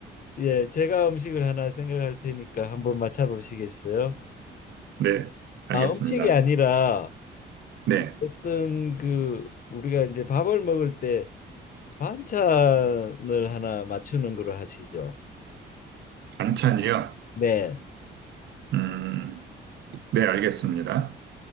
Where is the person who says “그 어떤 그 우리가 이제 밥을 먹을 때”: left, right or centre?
Left